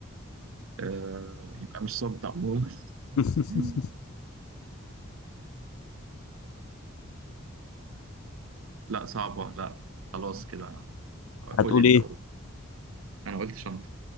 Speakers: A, on the right; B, on the left.
A: آه، يبقى مش صمت عموما
B: <laughs>
A: <laughs> لا صعبة لا خلاص كده قول
B: هتقول
A: أنت
B: ايه
A: قول أنا قلت شنطة